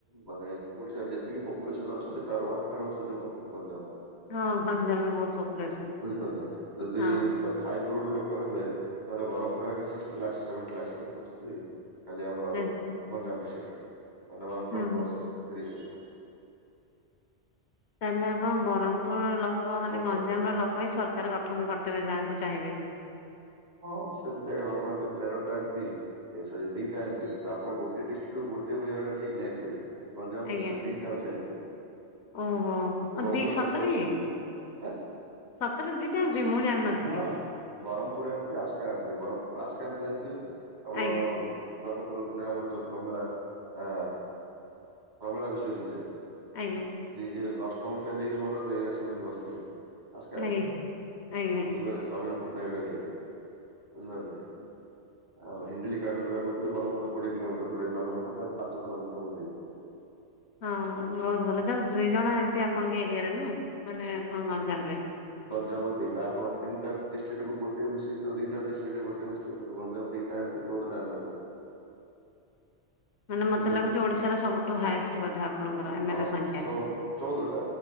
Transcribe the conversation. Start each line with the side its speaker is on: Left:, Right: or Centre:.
Right: ମାନେ ଓଡିଶାରେ ଯେତିକି ପପୁଲେସନ ଅଛନ୍ତି ତାର ୱାନ୍ ଥାର୍ଡ ହେଉଛନ୍ତି ଗଞ୍ଜାମ ର।
Left: ହଁ ଗଞ୍ଜାମରେ ବହୁତ ପପୁଲେସନ୍
Right: ବୁଝିପାରିଲେ ଯଦି
Left: ହଁ
Right: ଫାଇଭ କୋରଡ ଲୋକ ହେବେ ତାଲେ ବ୍ରହ୍ମପୁର ଆକ ସିଷ୍ଟୀ ଲାକ୍ସ ସେଭେନଟି ଲାକ୍ସ୍ ଲୋକ ଅଛନ୍ତି। କାଲି ଆମର
Left: ଆଜ୍ଞା
Right: ଗଞ୍ଜାମ ଡିଷ୍ଟିକରେ ଅନ୍ୟମାନଙ୍କ
Left: ହୁଁ
Right: <unintelligible>
Left: ହୁଁ।
Right: ତିରିଶି ଟା ଜିଲ୍ଲା ରେ <inaudible>
Left: ତାହେଲେ ଆପଣ ବ୍ରହ୍ମପୁର ଲୋକ ମାନେ
Right: ପ୍ରପର
Left: ଗଞ୍ଜାମ ର ଲୋକ ହିଁ ସରକାର ଗଠନ କରିଦେବେ ଯାହାକୁ ଚାହିଁବେ।
Right: ହଁ ସେମିତି ଆଜ୍ଞା ହବନା ବେ ତେରଟା ଏମପି ଏ ସରି ଦିଟା ଏମପି ଆପଣ ଗୋଟେ ଡିଷ୍ଟ୍ର୍ଟରୁ ଗୋଟେ ମିଳିବାଟା ଠିକ ନାଇଁ ଏମପି ଗଞ୍ଜାମ
Left: ଆଜ୍ଞା
Right: ଡିଷ୍ଟିକ୍ ରେ ଦିଟା ଅଛି ଏମପି।
Left: ଓହୋ
Right: ଚଉଦଟା
Left: ଅ ଦି ସତରେ
Right: ଚଉଦ
Left: କି?
Right: ହେ
Left: ସତରେ ଦିଇଟା ଏମପି ମୁଁ ଜାଣିନଥିଲି।
Right: ହଁ Brahmapur MP Aska MP Brahmapur Aska MP ଜାଣିଥିବେ ଆପଣ
Left: ଆଜ୍ଞା
Right: ଗତ ଥର ଥିଲେ ଆମର ଯୋଉ ପ୍ରମିଳା ଆ ପ୍ରମିଳା ବିଷଇ ଥିଲେ।
Left: ଆଜ୍ଞା
Right: ଯିଏ କି ଅଷ୍ଟମ ଫେଲ ହେଇକିରି ମଧ୍ୟ ଯେଇ ଆସେମ୍ବଲି ରେ ବସିଲେ। ଆସ୍କା ଏମପି
Left: ଆଜ୍ଞା ଆଜ୍ଞା
Right: ବୁଝପାରିଲ ନବୀନ ପଟ୍ଟନାୟକ ର ଏରିଆରେ ବୁଝିପାରିଲେ
Left: ହଁ।
Right: ଆଉ ହିଞ୍ଜିଲି କାଟରେ ଯୋଉଟା କହୁଥିଲୁ ବ୍ରହ୍ମପୁର ଠୁ କୋଡିଏ କିଲୋମିଟର ଯୋଉଟା କି ନବୀନ ପଟନାୟକ ପାଞ୍ଚଥର ମୁଖ୍ୟମନ୍ତୀ ହୋଇଥିଲେ।
Left: ହଁ ମାନେ ବହୁତ ଭଲ ଜାହଉ ଦୁଇଜଣ ଏମପି ଆପଣଙ୍କ ଏରିଆରେ ନୁହେଁ ମାନେ ଆପଣ ଗଞ୍ଜାମରେ
Right: ଗଞ୍ଜାମ ର ଦିଟା ଆପଣ ତିନିଟା ଡିଷ୍ଟ୍ର୍ଟକୁ ଗୋଟେ ମିଶେଇଥିବ ଦିଟ ଡିଷ୍ଟ୍ରିକୁ ଗୋଟେ ମିଶଥିବକିନ୍ତୁ ଗଞ୍ଜାମ ଦିଟା ଏମପି ଚଉଦଟା ଏ ମେଲେ
Left: <inaudible> ମାନେ ମତେ
Right: ବୁଝିପାରିଲେ
Left: ଲାଗୁଚି ଓଡିଶାର ସବୁଠୁ ହାଇଏଷ୍ଟ ବୋଧେ ଆପଣଙ୍କର ଏମଏଲ
Right: ହଁ
Left: ସଂଖ୍ୟା।
Right: ଚଉ ଚଉଦଟା।